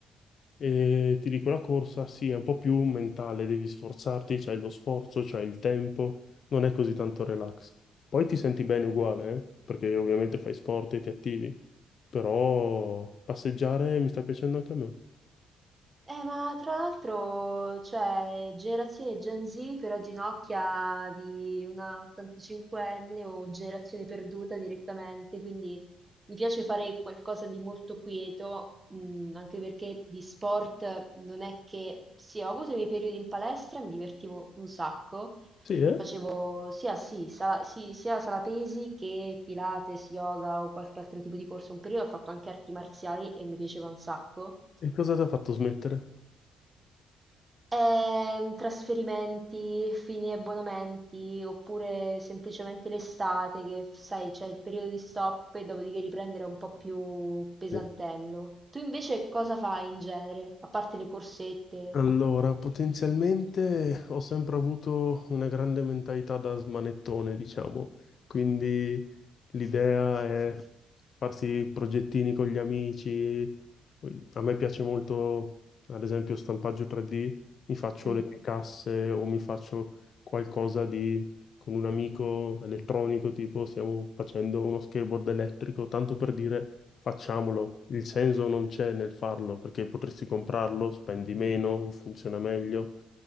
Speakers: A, on the left; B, on the right.
A: e ti dico la corsa, sì, è un po' più mentale, devi sforzarti, c'hai lo sforzo, c'hai il tempo, non è così tanto relax. Poi ti senti bene uguale, eh, Perché ovviamente fai sport e ti attivi. però passeggiare mi sta piacendo anche a me.
B: eh, ma tra l'altro, cioè, generazione Gen Z però ginocchia di una 85enne o generazione perduta direttamente, quindi mi piace fare qualcosa di molto quieto, mm, anche perché di sport non è che... Sì, ho avuto i miei periodi in palestra, mi divertivo un sacco,
A: Sì, eh?
B: facevo sia, sì, sala, sì, sia sala pesi che Pilates, yoga o qualche altro tipo di corso, un periodo ho fatto anche arti marziali e mi piaceva un sacco.
A: E cosa ti ha fatto smettere?
B: Ehm, trasferimenti, fini e abbonamenti, oppure semplicemente l'estate che, sai, c'è il periodo di stop e dopodiché riprendere è un po' più pesantello.
A: Sì.
B: Tu invece cosa fai in genere, a parte le corsette?
A: Allora, potenzialmente ho sempre avuto una grande mentalità da smanettone, diciamo, quindi
B: <laughs>
A: l'idea è farsi progettini con gli amici. Poi A me piace molto, ad esempio, stampaggio 3D, mi faccio
B: Mm.
A: le mie casse o mi faccio qualcosa di con un amico elettronico, tipo stiamo facendo uno skateboard elettrico, tanto per dire facciamolo. Il senso non c'è nel farlo, perché potresti comprarlo, spendi meno, funziona meglio.